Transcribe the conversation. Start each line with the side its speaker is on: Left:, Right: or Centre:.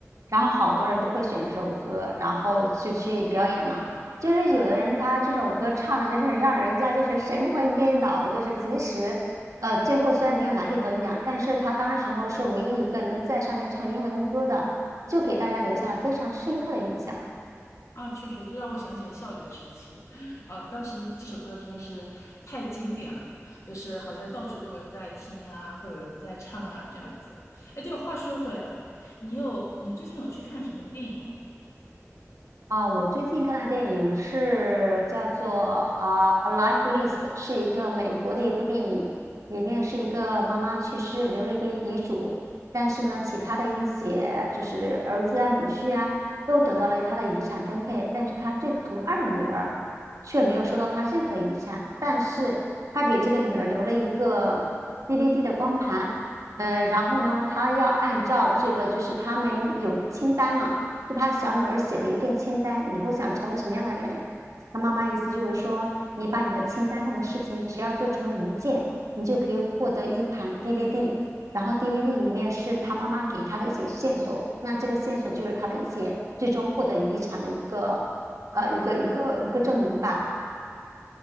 Right: 然后好多人都会选这首歌，然后就去表演嘛。就是有的人他这首歌唱的，就是让人家就是神魂颠倒，就是即使，呃，最后虽然没有拿一等奖，但是他当时候是唯一一个能在上面唱英文歌的，就给大家留下了非常深刻的印象。
Left: 啊，确实这让我想起了校园时期，啊，当时这首歌真的是太经典了，就是好像到处都有人在听啊，或者有人在唱啊这样子。哎，对了，话说回来了，你有你最近有去看什么电影吗？
Right: 啊，我最近看的电影是叫做啊《A Life List》，是一个美国的一部电影，里面是一个妈妈去世留了一个遗嘱，但是呢，其他的一些就是儿子啊、女婿啊，都得到了他的遗产分配，但是他最疼爱的女儿却没有收到他任何的遗产，但是他给这个女儿留了一个 DVD 的光盘，呃，然后呢，他要按照这个就是他们有一个清单嘛。是他小女儿写的一份清单，以后想成为什么样的人。他妈妈意思就是说，你把你的清单上的事情只要做成一件，你就可以获得一盘 DVD。然后 DVD 里面是他妈妈给他的一些线索，那这个线索就是他的一些最终获得遗产的一个呃一个一个一个证明吧。